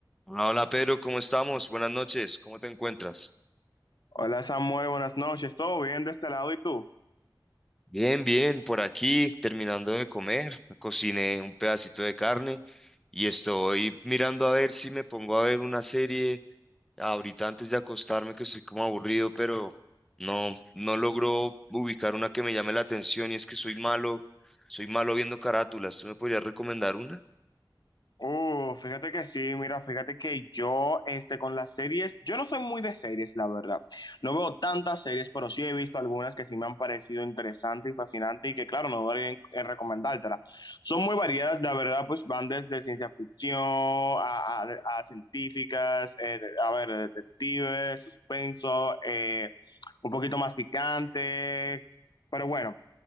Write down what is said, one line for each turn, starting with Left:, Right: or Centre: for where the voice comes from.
Centre: Hola Pedro, ¿cómo estamos? Buenas noches, ¿cómo te encuentras?
Left: Hola Samuel, buenas noches. ¿Todo bien de este lado y tú?
Centre: Bien, bien, por aquí terminando de comer, cociné un pedacito de carne y estoy mirando a ver si me pongo a ver una serie ahorita antes de acostarme que estoy como aburrido, pero no, no logro ubicar una que me llame la atención y es que soy malo, soy malo viendo carátulas. ¿Tú me podrías recomendar una?
Left: Uh, fíjate que sí, mira, fíjate que yo, este, con las series, yo no soy muy de series, la verdad. No veo tantas series, pero sí he visto algunas que sí me han parecido interesantes y fascinantes y que, claro, no dudaría en, en recomendártelas. Son muy variadas, la verdad, pues van desde ciencia ficción a, a- a científicas, eh, de- a ver, detectives, suspenso, eh, un poquito más picante, pero bueno.